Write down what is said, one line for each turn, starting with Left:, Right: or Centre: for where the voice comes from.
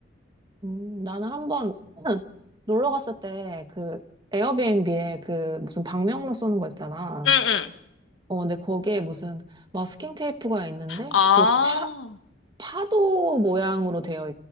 Right: 음, 나는 한번 <clears throat> 놀러 갔을 때 그 에어비앤비에 그 무슨 방명록 쏘는 거 있잖아.
Left: 응, 응.
Right: 어, 근데 거기에 무슨 마스킹 테이프가 있는데
Left: 아,
Right: 그 파, 파도 모양으로 되어